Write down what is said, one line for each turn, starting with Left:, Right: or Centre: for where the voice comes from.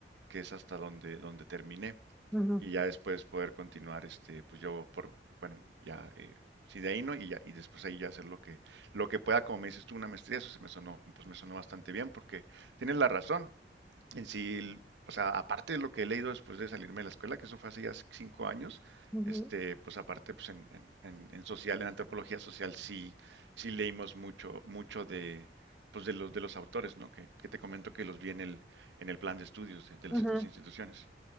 Right: que es hasta donde, donde terminé
Centre: Ujú,
Right: y ya después poder continuar, este, pues yo por, bueno, ya, eh, si de ahí no, y ya, y después ahí ya hacer lo que, lo que pueda, como me dices tú, una maestría, eso se me sonó, pues me sonó bastante bien, porque tienes la razón, en sí, o sea, aparte de lo que he leído después de salirme de la escuela, que eso fue hace ya cinco años,
Centre: ujú,
Right: este, pues aparte, pues en, en- en- en social, en antropología social, sí, sí leímos mucho, mucho de, pues de los, de los autores, ¿no? Que, que te comento que los vi en el, en el plan de estudios de, de las
Centre: ujú.
Right: otras instituciones.